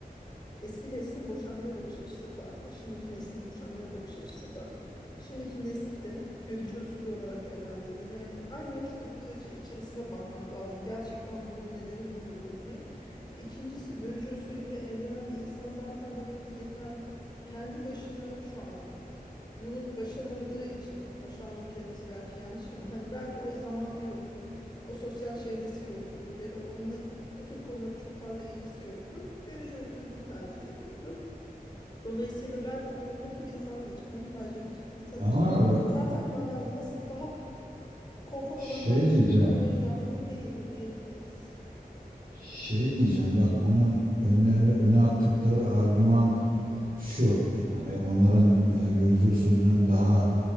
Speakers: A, on the left; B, on the right.
A: Eski neslin boşanmaya bakış açısı farklı, şimdiki neslin boşanmaya bakış açısı farklı. Şimdiki nesli de görücü usulü olarak evlendirdiğinde yani aynı yaş grupları içi- içerisinde bakmak lazım. Gerçekten bunun nedeni bu mudur diye. İkincisi görücü usulüyle evlenen bir insan zaten demek ki yeterli kendi başını şu anda bunu başaramadığı için başarmak kelimesi belki yanlış ama hani belki o zamanı yoktur. O sosyal çevresi yoktur ya da onunla o tür konulara çok fazla ilgisi yoktu. Görece usulünü tercih ediyordu. Dolayısıyla belki onu, o tür insanlar için, onu tercih edecek insan
B: Ama
A: için zaten halihazırda s- daha konfor alanından
B: şey
A: çıkmaya
B: diyeceğim
A: yatkın değildir diyebiliriz.
B: Şey diyeceğim bak onun önüne, öne attıkları argüman
A: Hı.
B: şu yani onların e, görücü usulünün daha